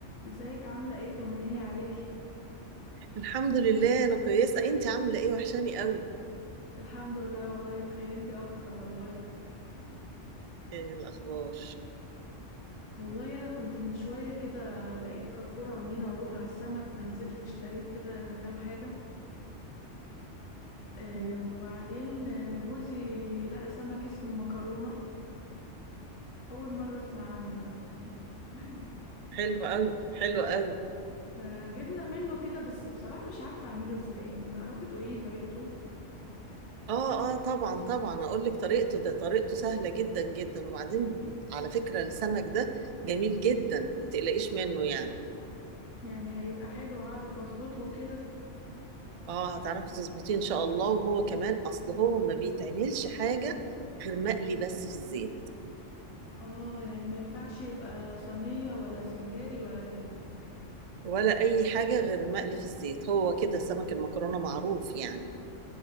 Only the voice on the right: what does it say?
الحمد لله انا كويسه انت عامله ايه وحشاني قوي
إيه الاخبار
مم.
حلو قوي حلو قوي
اه اه طبعا طبعا اقول لك طريقته ده طريقته سهله جدا جدا وبعدين على فكره السمك ده جميل جدا ما تقلقيش منه يعني
اه هتعرفي تظبطيه ان شاء الله وهو كمان اصل هو ما بيتعملش حاجه غير مقلي بس في الزيت
ولا اي حاجه غير مقلي في الزيت هو كده سمك المكرونه معروف يعني